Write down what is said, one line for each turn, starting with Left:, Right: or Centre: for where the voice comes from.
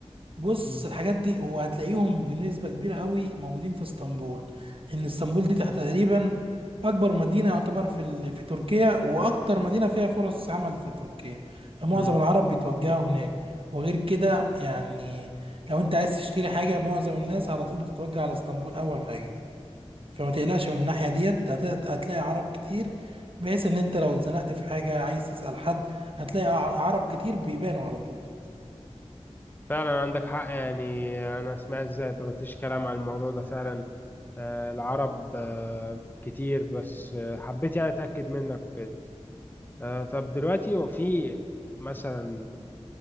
Right: بص
Left: امم
Right: الحاجات دي وهتلاقيهم بنسبة كبيرة قوي موجودين في اسطنبول ان اسطنبول دي تقريبا اكبر مدينة يعتبر في ال... في تركيا واكتر مدينة فيها فرص عمل في تركيا فمعظم
Left: امم
Right: العرب بيتوجهوا هناك وغير كده يعني لو انت عايز تشتري حاجة معظم الناس على طول بتتوجه على اسطنبول اول حاجة فما تقلقش من الناحية ديت هت- هتلاقي عرب كتير بحيث ان انت لو اتزنقت في حاجة عايز تسأل حد هتلاقي ع- عرب كتير بيبانوا على طول
Left: فعلا عندك حق يعني انا سمعت زي طرطيش كلام عن الموضوع ده فعلا آه، العرب آه، كتير بس آه، حبيت يعني أتأكد منك وكده آه، طب دلوقتي هو في مثلا